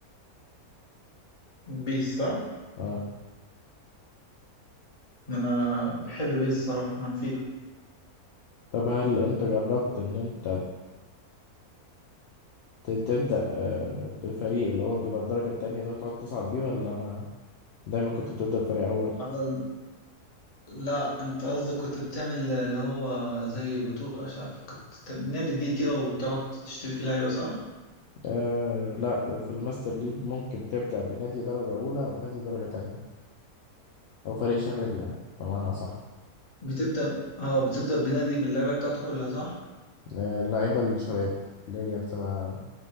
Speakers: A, on the left; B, on the left.
A: بيس صح
B: أه
A: انا بحب بيس الصراحه عن فيفا
B: طب هل أنت جربت إن أنت ت- تبدأ آه، بفريق اللي هو بيبقى الدرجة التانية ده وتقعد تصعد بيه ولا ما دايما كنت بتبدأ بفريق أول؟
A: يعني لا انت قصدك كنت بتعمل اللي هو زي بطولة مش عارف كنت بت- نادي جديد كده وتقعد تشتري فيه لعيبة صح؟
B: آه لا في الماستر ليج ممكن تبدأ بنادي درجة أولى أو نادي درجة تانية أو فريق شباب يعني بمعنى صح
A: بتبدأ اه بتبدأ بنادي باللعبة بتاعته كلها صح؟
B: اللعيبة الشباب اللي هي بتبقى